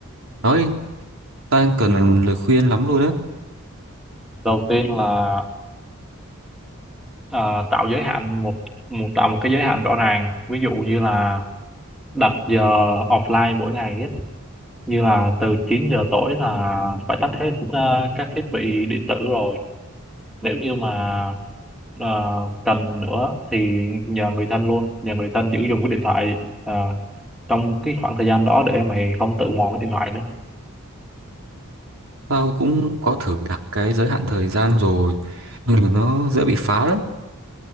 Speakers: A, on the right; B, in the centre.
A: nói đi tao đang cần lời khuyên lắm luôn á
B: đầu tiên là Ờ, tạo giới hạn một, một tạo một cái giới hạn rõ ràng ví dụ như là đặt giờ offline mỗi ngày ấy. Như là từ 9 giờ tối là phải tắt hết ờ, các thiết bị điện tử rồi nếu như mà ờ, cần nữa thì nhờ người thân luôn nhờ người thân giữ dùng cái điện thoại ờ, trong cái khoảng thời gian đó để mày không tự mò cái điện thoại nữa
A: tao cũng có thử đặt cái giới hạn thời gian rồi nhưng mà nó dễ bị phá lắm